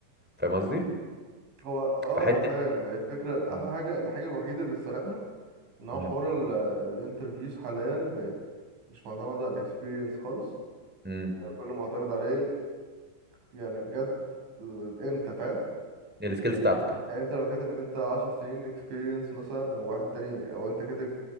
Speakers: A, in the centre; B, on the right.
A: فاهم قصدي
B: هو اه
A: فحته
B: انا فاهم الفكره
A: مم.
B: احلى حاجه الحاجه الوحيده اللي في صالحنا ان هو
A: مم.
B: حوار الانترفيوز حاليا بقت مش معتمده على الاكسبيرينس خالص
A: مم.
B: كله معتمد عليه يعني بجد آه، انت فاهم
A: السكيلز
B: يعني
A: بتاعتك
B: يعني انت لو كاتب ان انت عشر سنين اكسبيرينس مثلا او واحد تاني او انت كاتب